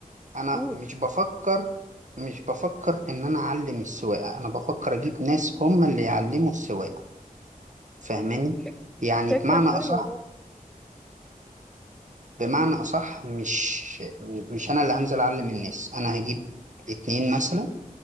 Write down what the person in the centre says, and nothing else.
قول
فك-
فكرة
حلوة
برضه